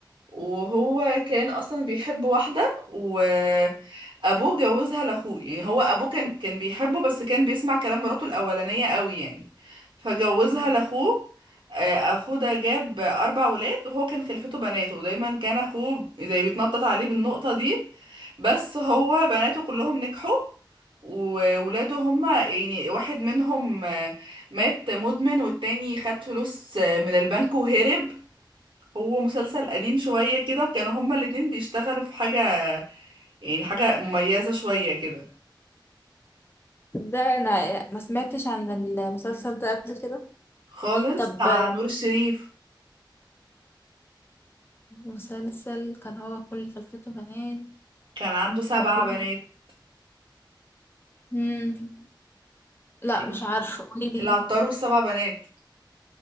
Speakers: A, on the right; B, on the left.
A: وهو كان اصلا بيحب واحده وابوه جوزها لاخوه يعني هو ابوه كان كان بيحبه بس كان بيسمع كلام مراته الاولانيه قوي يعني فجوزها
B: مم.
A: لاخوه آه، اخوه ده جاب اربع ولاد وهو كان خلفته بناته ودايما كان اخوه زي بيتنطط عليه بالنقطه دي بس هو بناته كلهم نجحوا وولاده هما يعني واحد منهم آه، مات مدمن والتاني خد فلوس آه، من البنك وهرب هو مسلسل قديم شوية كده وكانوا هما الاتنين بيشتغلوا في حاجة يعني حاجة مميزة شوية كده
B: ده انا ما سمعتش عن المسلسل ده قبل كده
A: خالص
B: طب
A: بتاع نور الشريف
B: مسلسل كان هو كل خلفته بنات
A: كان عنده سبع
B: واخوه
A: بنات
B: مم. لا
A: إيه؟
B: مش عارفه قولي لي
A: العطار والسبع بنات